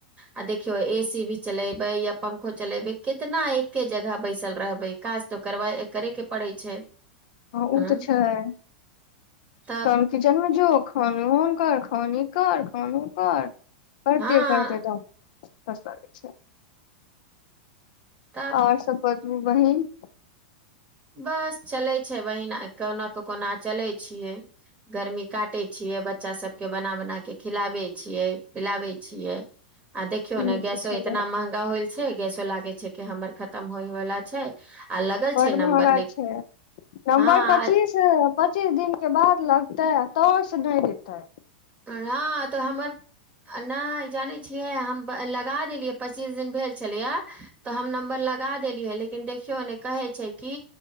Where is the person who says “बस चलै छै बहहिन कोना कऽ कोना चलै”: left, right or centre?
Right